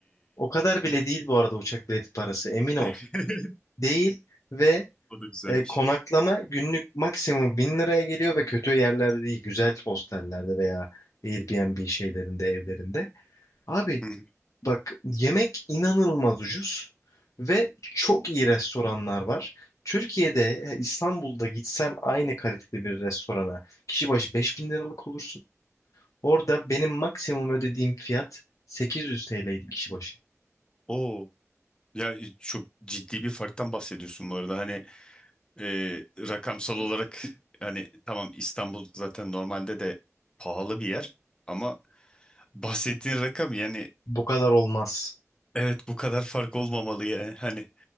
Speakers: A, on the left; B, on the left.
A: o kadar bile değil bu arada uçak bileti parası. Emin ol.
B: <laughs>
A: Değil ve
B: O da güzelmiş.
A: e, konaklama günlük maksimum bin liraya geliyor ve kötü yerlerde değil. Güzel hostellerde veya Airbnb şeylerinde, evlerinde. Abi
B: Hı hı.
A: Bak yemek inanılmaz ucuz ve çok iyi restoranlar var. Türkiye'de e, İstanbul'da gitsen aynı kalitede bir restorana kişi başı beş bin liralık olursun. Orada benim maksimum ödediğim fiyat 800 TL'ydi kişi başı.
B: Oo. Ya e, çok ciddi bir farktan bahsediyorsun bu arada. Hani e, rakamsal olarak hani tamam İstanbul zaten normalde de pahalı bir yer ama bahsettiğin rakam yani
A: Bu kadar olmaz.
B: evet bu kadar fark olmamalı ya. Hani